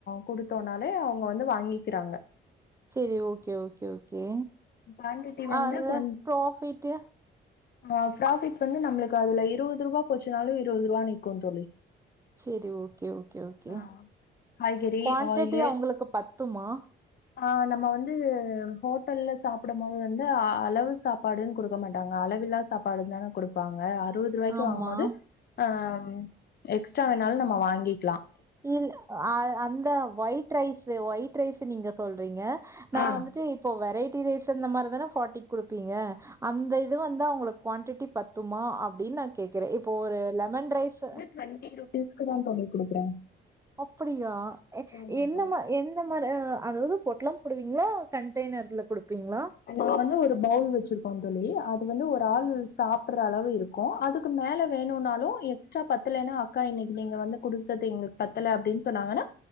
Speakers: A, on the left (about 55°); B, on the right (about 15°).
A: குடுத்தோனாலே அவங்க வந்து வாங்கிக்றாங்க
B: செரி ஓகே ஓகே ஒகே
A: குவான்டிட்டி
B: அ
A: வந்து
B: அதுல
A: கொஞ்
B: ப்ரஃபிட்டு
A: ஆ ஃப்ராஃபிட் வந்து நம்ளுக்கு அதுல இருபது ரூவா போச்சுன்னாலும் இருபது ரூவா நிக்கும் தோழி
B: செரி ஓகே ஓகே ஓகே
A: ஆ காய்கறி
B: க்வான்டிட்டி
A: ஆயிலு
B: அவுங்க்ளுக்கு பத்துமா
A: ஆ நம்ம வந்து ஹோட்டல்ல சாப்படும்போது வந்து அளவு சாப்பாடுன் குடுக்க மாட்டாங்க அளவில்லா சாப்பாடு தான குடுப்பாங்க அறுவது ரூவாய்க்கு
B: ஆமா
A: வாங்கும் போது ஆ ம் எக்ஸ்ட்ரா வேணாலும் நம்ம வாங்கிக்லா
B: இல் அ அந்த வொயிட் ரைஸு ஒயிட் ரைஸு நீங்க சொல்றீங்க நா
A: ஆ
B: வந்துட்டு இப்போ வெரைட்டி ரைஸ் இந்த மாரிதான ஃபாட்டிக் குடுப்பீங்க அந்த இது வந்து அவங்களுக் குவாண்டிட்டி பத்துமா அப்படின்னு நா கேக்குறே இப்போ ஒரு லெமன் ரைஸு
A: டுவண்ட்டி ருபீஸ்க்கு தா தோழி குடுக்குறே
B: அப்படியா எ
A: ஆமா
B: என்னமா
A: தோழி
B: என் இந்த மாரி அ அதாவது பொட்லாம் போடுவீங்களா கண்டெய்னர்ல குடுப்பீங்களா
A: நா வந்து ஒரு பௌவுல் வச்சிருக்கோ தோழி அது வந்து ஒரு ஆள் சாப்ற அளவு இருக் க்கும் அதுக் மேல வேணுனாலு எக்ஸ்ட்ரா பத்தலனா அக்கா இன்னைக்கு நீங்க வந்து கொடுத்தது எங்களுக் பத்தல அப்டின் சொன்னாங்கனா